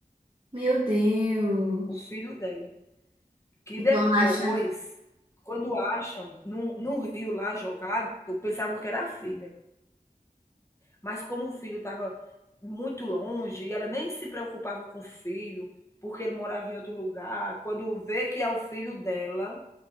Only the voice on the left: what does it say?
o filho dela, que
depois,
quando acham num, num rio lá jogado, pensavam que era a filha, mas como o filho estava muito longe e ela nem se preocupava com o filho, porque ele morava em outro lugar, quando vê que é o filho dela,